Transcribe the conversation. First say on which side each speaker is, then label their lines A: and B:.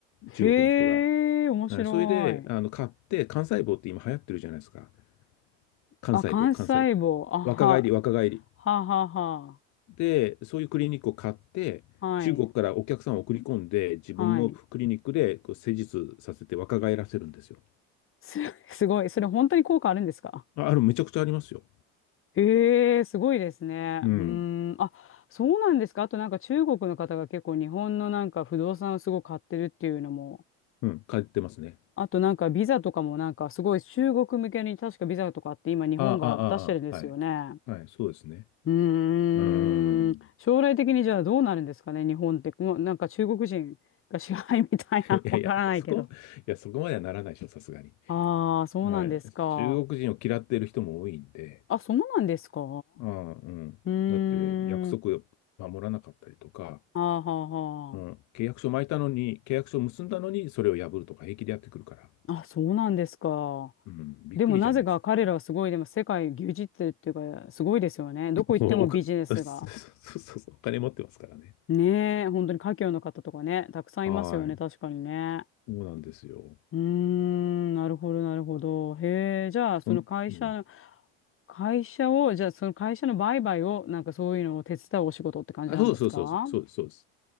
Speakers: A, on the left; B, on the left.
A: 中国の人が。
B: へえ、面白い。
A: はいそれで、あの、買って、幹細胞って今流行ってるじゃないですか。幹細胞、
B: あ、幹細胞。
A: 幹細胞。
B: あは、
A: 若返り、若返り。
B: ははは。
A: で、そういうクリニックを買って、
B: はい、
A: 中国からお客さんを送り込んで、自分のクリニックでこう施術させて若返らせるんですよ。
B: はい。す、<laughs> すごい。それ本当に効果あるんですか
A: あ、ある、めちゃくちゃありますよ。
B: ええ、すごいですね。
A: うん。
B: うーん。あ、そうなんですか。あとなんか中国の方が結構日本のなんか不動産をすごい買ってるっていうのも。
A: うん、買ってますね。
B: あとなんかビザとかもなんかすごい中国向けに確かビザとかって今日本が出してるんですよね。
A: ああ、ああ、ああはい。はい、そうですね。
B: うーん。
A: うーん。
B: 将来的にじゃあどうなるんですかね、日本って。もうなんか中国人が支配みたいな、
A: <laughs> いやいや、
B: <laughs> わからないけど。
A: そこ、いや、そこまではならないでしょ、さすがに。
B: ああ、そうなんですか。
A: うん中国人を嫌っている人も多いんで、
B: あ、そうなんですか
A: うんうん、
B: うーん。
A: だって約束を守らなかったりとか、
B: あーはあ
A: うん、
B: は
A: 契約書巻いたのに、契約書結んだのに、それを破るとか平気でやってくるから、
B: あ。あ、そうなんですか。
A: うん、びっくりじゃないですか。
B: でもなぜか彼らはすごい、でも世界牛耳ってるっていうか、すごいですよね。どこ行ってもビジネスが。
A: <laughs> もうおか、<laughs> そうそうそうそう、お金持ってますからね。
B: ねえ、本当に華僑の方とかね、たくさんいますよね、
A: はい。
B: 確かにね。
A: そうなんですよ。
B: うーん、なるほど、なるほど。へえ、じゃあ、
A: そん、
B: その会社の、
A: うん。
B: 会社を、じゃあ、その会社の売買を、なんかそういうのを手伝うお仕事って感じなんですか
A: あ、そうそうそうそう、そうです、そうです。